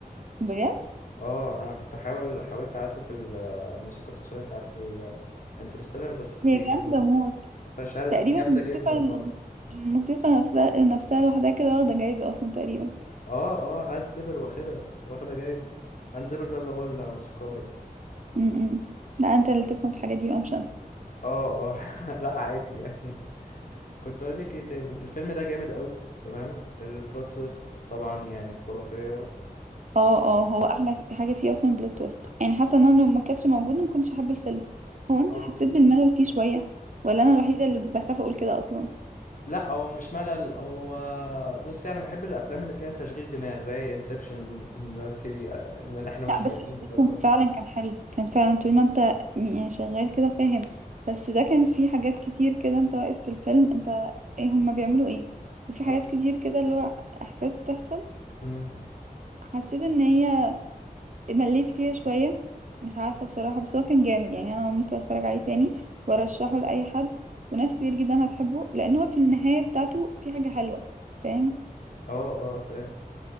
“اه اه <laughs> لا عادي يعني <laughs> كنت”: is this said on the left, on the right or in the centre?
Left